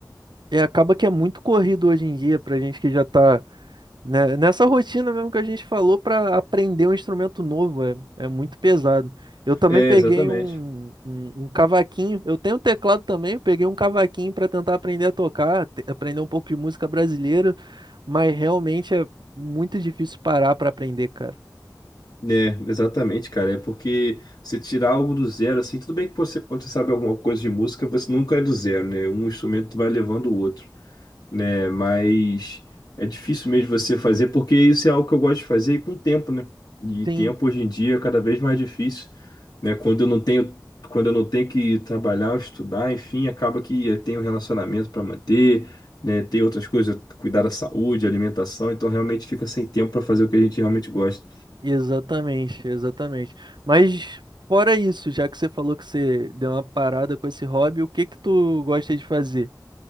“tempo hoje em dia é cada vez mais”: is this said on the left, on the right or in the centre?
Left